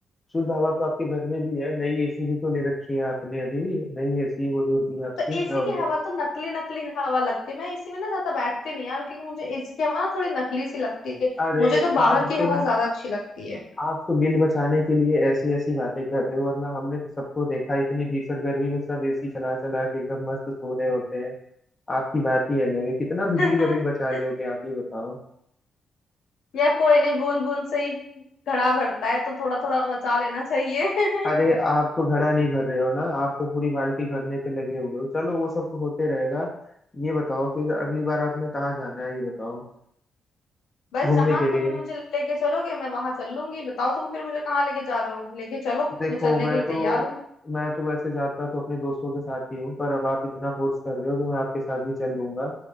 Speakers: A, on the left; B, on the left.
A: शुद्ध हवा तो आपके घर में भी है नई एसी भी तो ले रखी है आपने अभी नई एसी वो जो थी आपकी
B: तो एसी
A: क्या हो
B: की
A: गया
B: हवा तो नकली नकली हवा लगती है मैं एसी में ना ज्यादा बैठती नहीं यार क्योंकि मुझे एसी की हवा ना थोड़ी नकली सी लगती है
A: अरे
B: मुझे तो बाहर
A: आप
B: की
A: तो
B: हवा ज्यादा अच्छी लगती है
A: आप तो बिल बचाने के लिए ऐसी ऐसी बातें कर रहे हो वरना हमने तो सबको देखा इतनी भीषण गर्मी में सब एसी चला चला के एकदम मस्त सो रहे होते हैं आपकी बात ही अलग है कितना बिजली
B: <laughs>
A: का बिल बचा लोगे आप ये बताओ
B: या कोई नहीं बूंद बूंद से ही घड़ा भरता है तो थोड़ा थोड़ा बचा लेना चाहिए
A: अरे
B: <laughs>
A: आप तो घड़ा नहीं भर रहे हो ना आप तो पूरी बाल्टी भरने पे लगे हुए हो चलो वो सब तो होते रहेगा ये बताओ फिर अगली बार आपने कहाँ जाना है ये बताओ
B: बस
A: घूमने
B: जहां
A: के लिए
B: तुम मुझे लेके चलोगे मैं वहां चल लूंगी बताओ तुम फिर मुझे कहाँ लेके जा रहे हो लेके चलो
A: देखो
B: मैं चलने
A: मैं
B: के लिए
A: तो
B: तैयार हूँ
A: मैं तो वैसे जाता तो अपने दोस्तों के साथ ही हूँ पर अब आप इतना फोर्स कर रहे हो तो मैं आपके साथ भी चल लूंगा